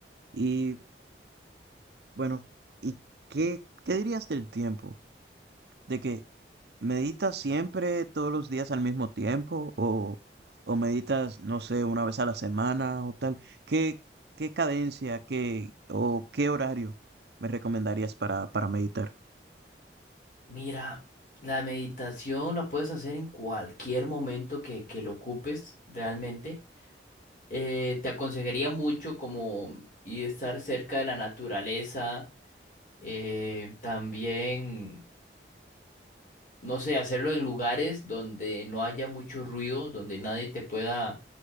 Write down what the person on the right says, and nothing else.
Y bueno, ¿y qué, qué dirías del tiempo? de que meditas siempre todos los días al mismo tiempo o, o meditas, no sé, una vez a la semana o tal. ¿Qué, qué cadencia, qué o qué horario me recomendarías para, para meditar?